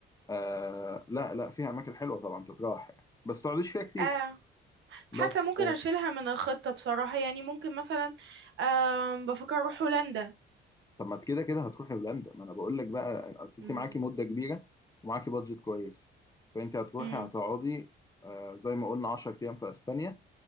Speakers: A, on the left (about 15°); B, on the right (about 70°).
A: آه لا لا فيها أماكن حلوة طبعا تتراح يعني بس تقعديش فيها كتير
B: آه
A: بس
B: حاسه ممكن اشيلها من الخطه بصراحه يعني ممكن مثلا آه بفكر اروح هولندا
A: طب ما أنت كده كده هتروحي هولندا ما انا بقول لك بقى اصل
B: مم.
A: انت معاكي مده كبيره ومعاكي بادجت كويس فانت هتروحي
B: مم.
A: هتقعدي آه، زي ما قلنا 10 ايام في اسبانيا